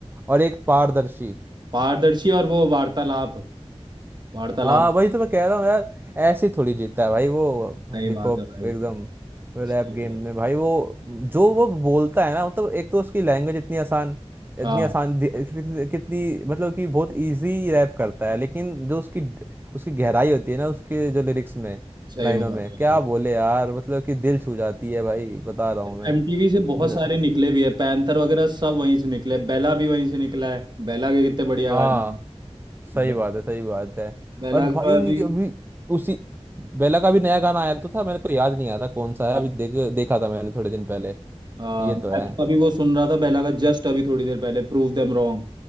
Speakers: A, on the right; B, on the right.
A: और एक पारदर्शी
B: पारदर्शी और वो वार्तालाप वार्तालाप
A: हाँ वही तो मैं कह रहा हूँ यार ऐसे ही थोड़ी जीतता है भाई वो
B: सही
A: हिप
B: बात
A: हॉप
B: है भाई
A: एकदम रैप
B: सही
A: गेम
B: बात
A: में भाई वो जो वो बोलता है ना मतलब एक तो उसकी लैंग्वेज इतनी आसान
B: हाँ
A: इतनी आसान दि- कितनी मतलब कि बहुत इजी रैप करता है लेकिन जो उसकी उसकी गहराई होती है ना उसके जो लिरिक्स में
B: सही
A: लाइनों
B: बात
A: में क्या
B: है
A: बोले यार मतलब कि दिल छू जाती है भाई बता रहा हूँ मैं
B: एमटीवी से बहुत
A: मुझे
B: सारे निकले भी है पैंथर वगैरह सब वहीं से निकले बेला भी वहीं से निकला है बेला के कितने बढ़िया
A: हाँ
B: गाने हैं।
A: सही
B: बे,
A: बात है सही बात है
B: बेला
A: और भाई
B: का अभी
A: अभी उसी बेला का भी नया गाना आया तो था मेरे को याद नहीं आ रहा कौन सा है
B: हाँ
A: अभी देख देखा था मैंने थोड़े दिन पहले
B: हाँ,
A: ये
B: मैं
A: तो है
B: तो अभी वो सुन रहा था बेला का जस्ट अभी थोड़ी देर पहले प्रूव देम रॉन्ग